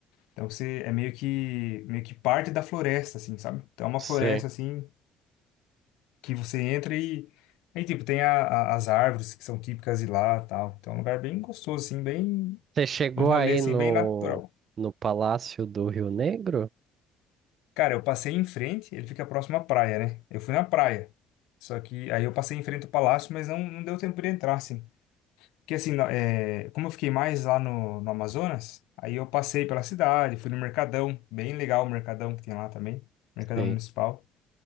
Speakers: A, on the left; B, on the right.
A: Então você é meio que meio que parte da floresta, assim, sabe? Então é uma
B: sei.
A: floresta assim que você entra e aí tipo tem a- a- as árvores que são típicas de lá, tal. Então é um lugar bem gostoso, assim, bem
B: Você chegou
A: um rolê
B: aí
A: assim
B: no,
A: bem natural.
B: no Palácio do Rio Negro?
A: Cara, eu passei em frente, ele fica próximo à praia, né? Eu fui na praia. Só que aí eu passei em frente ao palácio, mas não, não deu tempo de entrar, assim. Porque assim, na- é, como eu fiquei mais lá no, no Amazonas, aí eu passei pela cidade, fui no Mercadão, bem legal o Mercadão que tem lá também, Mercadão
B: Sei.
A: Municipal.